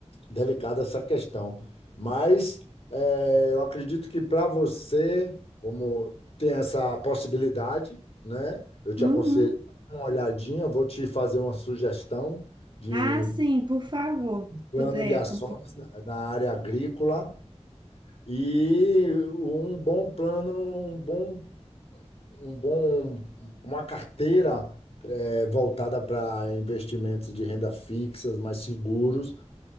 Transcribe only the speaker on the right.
Uhum.
Ah, sim, por favor. se
Puder,
compa-